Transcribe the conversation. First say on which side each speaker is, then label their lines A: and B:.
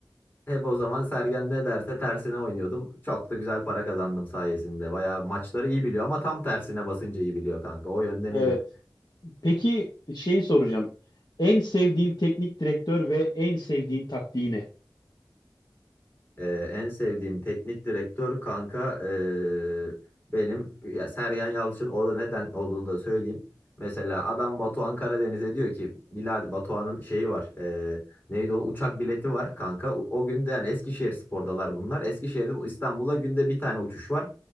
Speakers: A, on the left; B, on the left.
A: hep o zaman Sergen ne derse tersine oynuyordum. Çok da güzel para kazandım sayesinde. Bayağı maçları iyi biliyor ama tam tersine basınca iyi biliyor kanka. O yönden
B: evet.
A: iyi.
B: Peki şey soracağım. En sevdiğin teknik direktör ve en sevdiğin taktiği ne?
A: Ee, en sevdiğim teknik direktör kanka ee, benim ya Sergen Yalçın o neden olduğunu da söyleyeyim. Mesela adam Batuhan Karadeniz'e diyor ki Bilal Batuhan'ın şeyi var. ee, neydi o uçak bileti var kanka. O, o günde yani Eskişehir Spor'dalar bunlar. Eskişehir'den İstanbul'a günde bir tane uçuş var.